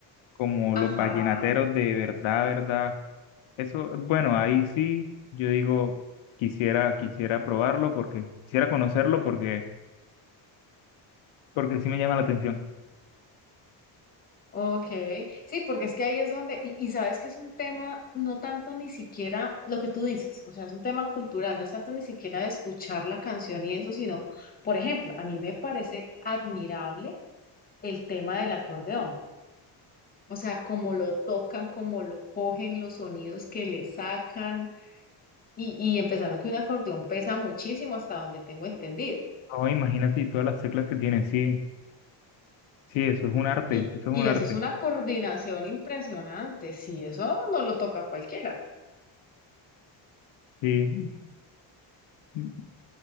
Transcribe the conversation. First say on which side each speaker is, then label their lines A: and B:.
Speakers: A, on the left; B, on the left.
A: como
B: Ajá,
A: los vallenateros de verdad, verdad. Eso, bueno, ahí sí, yo digo, quisiera, quisiera probarlo porque, quisiera conocerlo porque, porque sí me llama la atención.
B: ok. Sí, porque es que ahí es donde... Y, y sabes que es un tema, no tanto ni siquiera lo que tú dices, o sea, es un tema cultural, no es tanto ni siquiera de escuchar la canción y eso, sino, por ejemplo, a mí me parece admirable el tema del acordeón. O sea, cómo lo tocan, cómo lo cogen, los sonidos que le sacan, y, y empezando que un acordeón pesa muchísimo hasta donde tengo entendido.
A: Oh, imagínate todas las teclas que tiene, sí, sí, eso es un arte,
B: Y,
A: eso es
B: y
A: un
B: eso
A: arte.
B: es una coordinación impresionante. Sí, eso no lo toca a cualquiera.
A: Sí, mm,